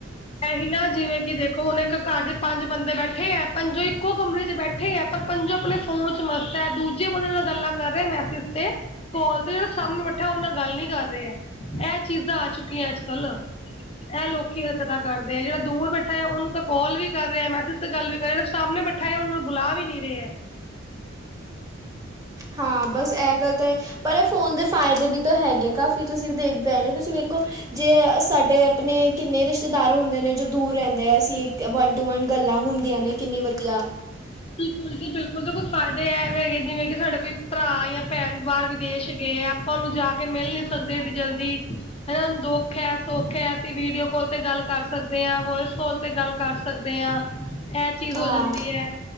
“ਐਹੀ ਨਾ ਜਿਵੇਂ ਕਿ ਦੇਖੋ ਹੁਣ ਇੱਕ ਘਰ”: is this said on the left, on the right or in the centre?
Left